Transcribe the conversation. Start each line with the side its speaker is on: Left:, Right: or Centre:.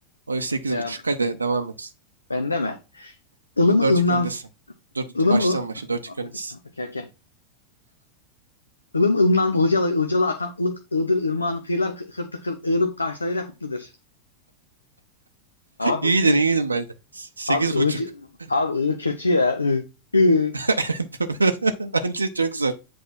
Right: O yüzden sekiz
Left: Okey abi.
Right: buçuk, Hadi devam et.
Left: Bende mi? Ilımı
Right: Dört
Left: ılınan
Right: iki öndesin. Dur dur
Left: Ilım
Right: dur, baştan
Left: ıl...
Right: başa dört
Left: <laughs>
Right: iki öndesin.
Left: Okey, okey. Ilım ılımdan ılcalı, ılcalı akan ılık ığdır ırmağın kıyılar kı- hırtı kır tıkır ığırıp karşılarıyla kıtlıdır. Abi
Right: İyiydin,
Left: ı,
Right: iyiydin bence. Sekiz
Left: abi
Right: buçuk.
Left: ığ,
Right: <laughs>
Left: abi ığ kötü ya ığ, ığ,
Right: Evet, doğru. <laughs> Bence çok zor.